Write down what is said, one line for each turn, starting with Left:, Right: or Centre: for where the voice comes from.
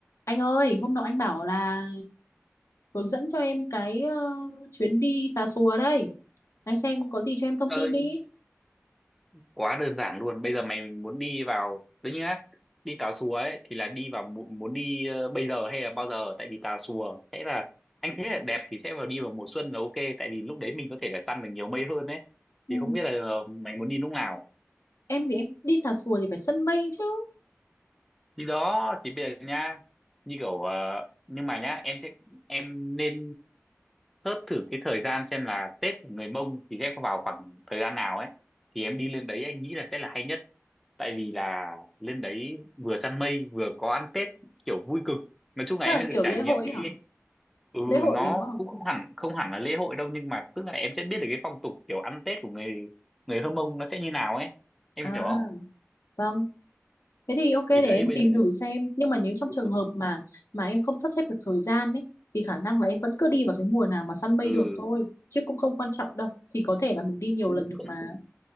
Left: Anh ơi, hôm nọ anh bảo là hướng dẫn cho em cái ờ, chuyến đi Tà Xùa đây. Anh xem có gì cho em thông
Centre: chơi
Left: tin đi.
Centre: quá đơn giản luôn bây giờ mày muốn đi vào đấy nhá đi Tà Xùa ấy thì là đi vào mu- muốn đi ờ, bây giờ hay là bao giờ tại vì Tà Xùa sẽ là anh thấy là đẹp thì sẽ vào đi vào mùa xuân là ok tại vì lúc đấy mình có thể là săn được nhiều mây hơn ấy
Left: Ừ.
Centre: thì không biết là ờ, mày muốn đi lúc nào
Left: Em thì em đi Tà Xùa thì phải săn mây chứ.
Centre: đi đó thì bây giờ nha như kiểu ờ, nhưng mà nhá em sẽ em nên search thử cái thời gian xem là Tết của người Mông thì sẽ vào khoảng thời gian nào ấy thì em đi lên đấy anh nghĩ là sẽ là hay nhất tại vì là lên đấy vừa săn mây vừa có ăn Tết kiểu vui cực nói chung là
Left: Đó
Centre: em
Left: là
Centre: sẽ được
Left: kiểu
Centre: trải
Left: lễ
Centre: nghiệm
Left: hội ấy
Centre: cái
Left: hả?
Centre: ừ
Left: Lễ hội
Centre: nó
Left: đúng không?
Centre: cũng không hẳn không hẳn là lễ hội đâu nhưng mà tức là em sẽ biết được cái phong tục kiểu ăn Tết của người người Hơ Mông nó sẽ như nào ấy em
Left: À,
Centre: hiểu không
Left: vâng. Thế thì ok để
Centre: thì đấy
Left: em
Centre: bây
Left: tìm
Centre: giờ
Left: thử
Centre: nhá,
Left: xem. Nhưng mà nếu trong
Centre: ừ
Left: trường hợp mà mà em không sắp xếp được thời gian ấy thì khả năng là em vẫn cứ đi vào cái mùa nào mà săn mây
Centre: ừ
Left: được thôi. Chứ cũng không quan trọng đâu. Thì có thể là mình đi nhiều
Centre: ừ,
Left: lần được
Centre: không
Left: mà.